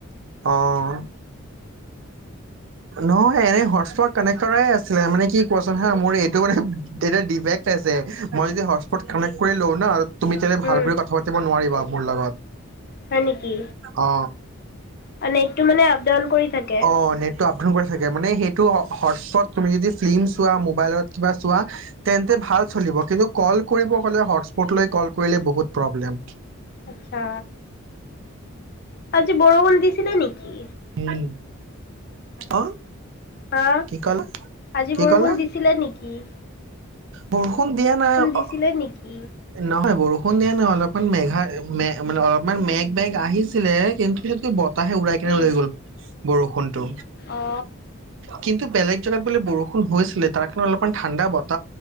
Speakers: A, on the right; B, on the left.
A: অঁ নহ এ এনে হটচ স্পট কানেক্ট কৰাই আছিলে মানে কি কোৱাচোন হা মোৰ এইটো মানে এ ডিফেক্ট আছে, মই যদি হট্ স্পট কানেক্ত কৰি লও ন তুমি তেনে ভাল
B: উম
A: কৰি কথা পাতিব নোৱাৰিবা। মোৰ লগত।
B: হয় নেকি,
A: অ
B: অ নেতটো মানে আপ ডাউন কৰি থাকে।
A: অ নেটটো আপ ডাউন কৰি থাকে, মানে সেইটো হটস্পট তুমি যদি ফিল্মচ ফিল্ম চোৱা, মোবাইলত কিবা চোৱা তেন্তে ভাল চলিব, কিন্তু কল কৰিব হলে হট্ স্পট লৈ কল কৰিলে বহুত প্ৰব্লেম।
B: আচছা, আজি বৰষুণ দিছিলে নেকি।
A: উম, অ?
B: হা,
A: কি ক'লা
B: আজি
A: কি
B: বৰষুণ
A: ক'লা
B: দিছিলে নিকি।
A: বৰষুণ দিয়া নাই,
B: দিছিলে
A: অ
B: নেকি
A: নহয় বৰষুণ <unintelligible> অলপমান মেঘ অকমান মেঘ মেঘ আহিছিলে, কিন্তু সেপিনে তাহে উৰাই কিনে
B: উম
A: লৈ গ'ল বৰষুণটো,
B: অ
A: কিন্তু বেলেগ জেগাত বোলে বৰষুণ হৈছিলে, তাৰ কাৰণে অলপমান ঠাণ্ডা ব